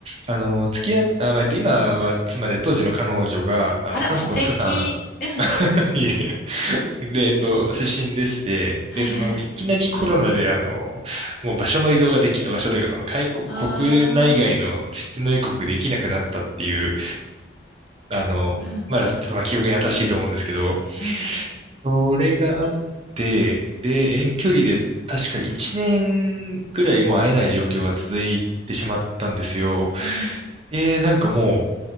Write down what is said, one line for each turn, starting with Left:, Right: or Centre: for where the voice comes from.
Right: あの、付き合った、まあえっと、今は妻で当時の彼女が、あの、
Left: あら、
Right: 韓国のプサン、
Left: 素敵。
Right: <laughs>
Left: うん。
Right: いえいえで、えっと、出身でして、
Left: はいはい。
Right: で、その、いきなりコロナで、あの、もう場所の移動ができ、場所というか、その、海国、
Left: ああ、
Right: 国内外の出入国できなくなったっていう、あの、
Left: うん。
Right: まだちょっとまあ記憶に新しいと思うんですけど、
Left: うんうん。
Right: それがあって、で、遠距離で確か1年ぐらいもう会えない状況が続いてしまったんですよ。
Left: うん。
Right: で、なんかも